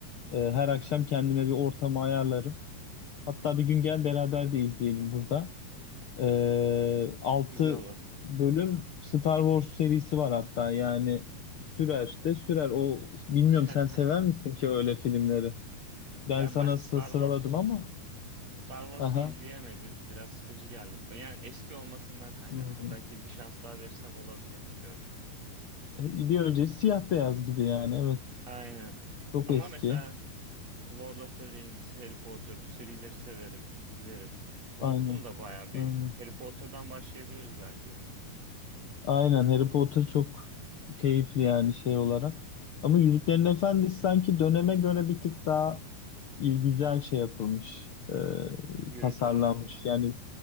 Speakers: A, on the left; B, on the right.
A: Ee, her akşam kendime bir ortamı ayarlarım. Hatta bir gün gel beraber de izleyelim burada. Ee, Altı
B: Güzel olur.
A: bölüm Star Wars serisi var hatta yani sürer de sürer. O bilmiyorum
B: <laughs>
A: sen sever misin ki öyle filmleri? Ben
B: Ya
A: sana
B: ben Star
A: sı- sıraladım
B: Wars
A: ama.
B: Star Wars'u
A: Aha.
B: izleyemedim. Biraz sıkıcı geldi. Yani eski olmasından kaynaklı.
A: Hmm.
B: Belki bir şans daha verirsem olabilir bilmiyorum.
A: Bir öncesi siyah beyaz gibi yani evet.
B: Aynen.
A: Çok
B: Ama
A: eski.
B: mesela Lord of the Rings, Harry Potter bu serileri severim, izlerim. Unuttum
A: Aynen.
B: da bayağı bir.
A: Aynen.
B: Harry Potter'dan başlayabiliriz belki.
A: Aynen Harry Potter çok keyifli yani şey olarak. Ama Yüzüklerin Efendisi sanki döneme göre bir tık daha e, güzel şey yapılmış. Ee,
B: Görüntü
A: tasarlanmış.
B: olarak.
A: Yani